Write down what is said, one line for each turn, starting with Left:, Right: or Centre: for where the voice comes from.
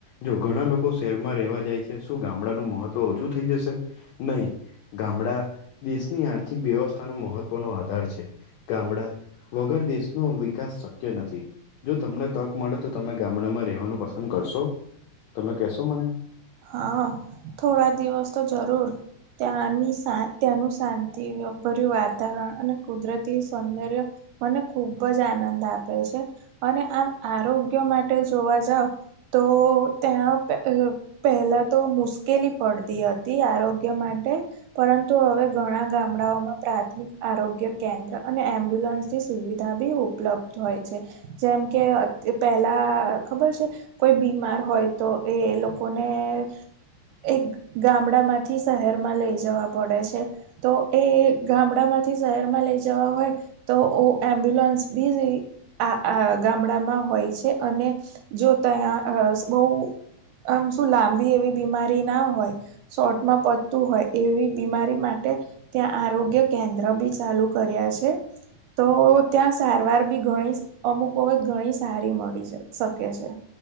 Left: જો ઘણા લોકો શહેરમાં રહેવા જાય છે, શું ગામડાનું મહત્વ ઓછું થઈ જશે? નહી. ગામડા દેશની આર્થિક વ્યવસ્થાનું મહત્વ નો આધાર છે. ગામડા વગર દેશ નો વિકાસ શક્ય નથી જો તમને તક મળે તો તમે ગામડામાં રહેેવાનું પસંદ કરશો? તમે કેશો મને?
Right: હા. થોડા દિવસ તો જરૂર. ત્યાંની શા ત્યાંનું શાંતિ ભર્યું વાતાવરણ અને કુદરતી સૌંદર્ય મને ખુબ જ આનંદ આપે છે અને આમ આરોગ્ય માટે જોવા જાવ તો ત્યાં <unintelligible> પહેલા તો મુશ્કેલી પડતી હતી આરોગ્ય માટે પરંતુ હવે ઘણા ગામડાઓમાં પ્રાથમિક આરોગ્ય કેન્દ્ર અને એમ્બ્યુલન્સ જે સુવિધા બી ઉપલબ્ધ હોય છે. જેમ કે પેલા ખબર છે? કોઈ બીમાર હોય તો એ લોકો લોકોને એક ગામડા માંથી શહેર માં લઈ જવા પડે છે. તો એ ગામડામાંથી શહેરમાં લઈ જવા હોય. તો ઓ એમ્બુલન્સ બી આ આ ગામડામાં હોય છે. અને જો ત્યાં <unintelligible> બહુ આમ શું લાંબી એવી બીમારી ના હોય, શોર્ટમાં પડતું હોય, એવી બીમારી માટે ત્યાં આરોગ્ય કેન્દ્ર બી ચાલુ કર્યા છે. તો ત્યાં સારવાર બી ઘણી અમુક વખત ઘણી સારી મળી શકે છે.